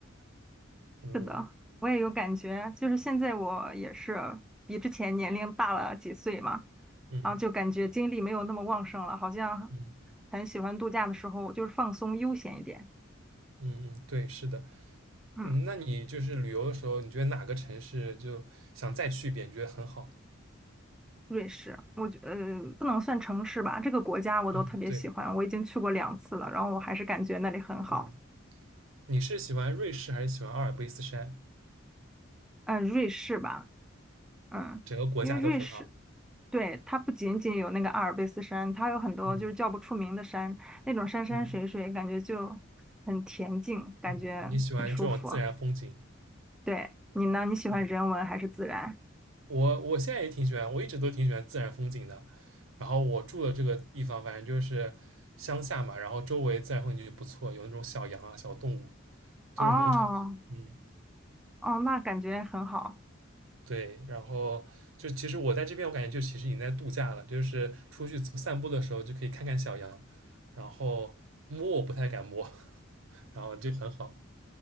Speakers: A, on the right; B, in the centre.
A: 嗯
B: 是的，我也有感觉，就是现在我也是比之前年龄大了几岁嘛，
A: 嗯
B: 然后就感觉精力没有那么旺盛了，好像
A: 嗯
B: 很喜欢度假的时候就是放松悠闲一点。
A: 嗯嗯，对，是的。
B: 嗯，
A: 嗯，那你就是旅游的时候，你觉得哪个城市就想再去一遍，你觉得很好？
B: 瑞士，我觉呃不能算城市吧，这个国家我都特别喜欢，
A: 嗯，对，
B: 我已经去过两次了，然后我还是感觉那里很好。
A: 嗯，你是喜欢瑞士还是喜欢阿尔卑斯山？
B: 嗯，瑞士吧。嗯，
A: 整个国家都很好。
B: 因为瑞士，对，它不仅仅有那个阿尔卑斯山，它有很多就是叫不出名的山，
A: 嗯
B: 那种山山水水，
A: 嗯
B: 感觉就很恬静，感觉很舒服。
A: 嗯，你喜欢这种自然风景？
B: 对，你呢？你喜欢人文还是自然？
A: 嗯，我我现在也挺喜欢，我一直都挺喜欢自然风景的。然后我住的这个地方，反正就是乡下嘛，然后周围自然风景就不错，有那种小羊啊、小动物，就是农场。
B: 哦
A: 嗯。
B: 哦，那感觉很好，
A: 对，然后就其实我在这边，我感觉就其实已经在度假了，就是出去走散步的时候就可以看看小羊，然后摸我不太敢摸，<laughs> 然后就很好。